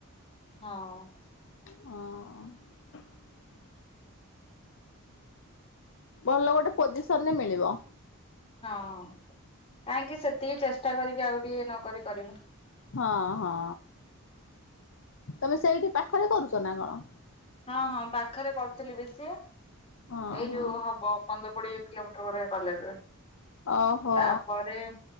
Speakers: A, on the left; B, on the left.
A: ହଁ।
B: ଅଁ, ଭଲ ଗୋଟେ ପୋଜିସନ୍ ରେ ମିଳିବ।
A: ହଁ କାହିଁକି ସେତିକି ଚେଷ୍ ଷ୍ଟା କରିକି ଆଉ ଟିକେ ନ କରି କରିବୁ।
B: ହଁ ହଁ ତୋମେ ସେଇଠି ପାଖରେ କରୁଚ ନା କଣ?
A: ହଁ ହଁ ପାଖରେ କରୁଥିଲି ବି ସିଏ।
B: ହଁ
A: ଏଇଟୁ
B: ହଁ
A: ହବ ପନ୍ଦର କୋଡିଏ କିଲୋମିଟର ଗୋଟେ କଲେଜ,
B: ଓହୋ
A: ତାପରେ